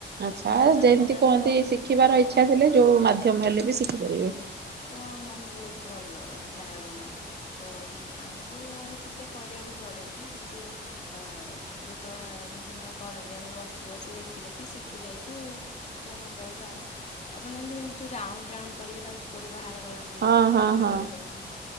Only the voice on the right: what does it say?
ଆଚ୍ଛା
ଯେମିତି
କୁହନ୍ତି
ଶିଖିବାର ଇଚ୍ଛା
ଥିଲେ ଯୋଉ ମାଧ୍ୟମ ହେଲେ ବି ଶିଖିପାରିବେ।
ହଁ
ହଁ
ହଁ